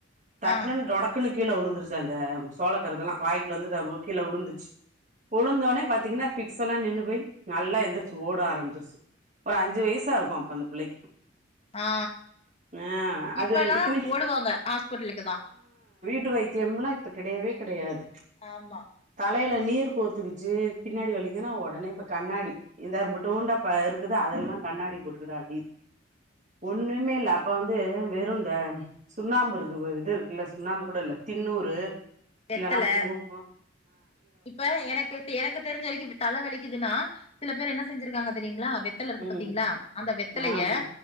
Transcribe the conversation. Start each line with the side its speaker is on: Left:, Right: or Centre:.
Right: தட்ன
Left: ஆ
Right: டொடக்குணு கீழ உழுந்துருச்சு அந்த சோலக்கருதெலா வாய்குள்ள இருந்தது அவ் கீழ உழுந்துச்சு உழுந்தோன பாத்தீங்கனா பிக்ஸ் எல்லா நின்னு போய் நல்லா எந்திரிச்சு ஓட ஆரம்பிச்சிருச்சு ஒரு அஞ்சு வயசா இருக்கு அப்ப அந்த பிள்ளைக்கு
Left: ஆ
Right: ஆ அது
Left: இப்ப எல்லா
Right: இத்தனைக்கு
Left: ஓடுவாங்க ஹாஸ்பிட்லுக்கு தா
Right: டு வைத்தியம்லா இப்ப கிடையவே கிடையாது
Left: ஆமா
Right: தலைல நீர் கோத்துக்குச்சு பின்னாடி ஒலிக்கங்கனா உடனே இப்ப கண்ணாடி இந்தட உண்டப்ப இருக்குது அதலல்லாம் கண்ணாடி போட்டுக்கிடாது ஒண்ணுமே இல்ல அப்ப வந்து வெறும் இந்த சுண்ணாம்பு இருக்கு இது இருக்குல்ல சுண்ணாம்பு கூட இல் தின்ணூறு
Left: வெத்தல
Right: இல்லன்னா குங்குமம்
Left: இப்ப எனக்கு எனக்கு தெரிஞ்ச வரைக்கு தலை வலிக்குதுன்னா சில பேர் என்ன செஞ்சிருக்காங்க செரியங்களா வெத்தல இருக்கு
Right: ம்
Left: பாத்தீங்களா அந்த வெத்தலைய
Right: ஆமா